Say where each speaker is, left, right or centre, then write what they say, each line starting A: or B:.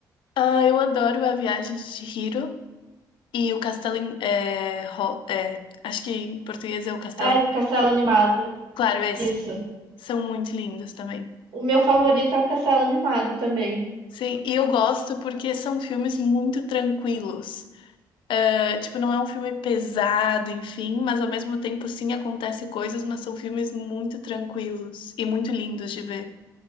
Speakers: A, on the left; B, on the right.
A: Ah, eu adoro A Viagem de Chihiro e o Castelo em, é, Ro- é, acho que em português é o Castelo
B: É
A: em,
B: Castelo Animado.
A: claro, é esse.
B: Isso.
A: São muito lindos também.
B: O meu favorito é o Castelo Animado também.
A: Sim, e eu gosto porque são filmes muito tranquilos. É, tipo, não é um filme pesado, enfim, mas ao mesmo tempo sim acontece coisas, mas são filmes muito tranquilos e muito lindos de ver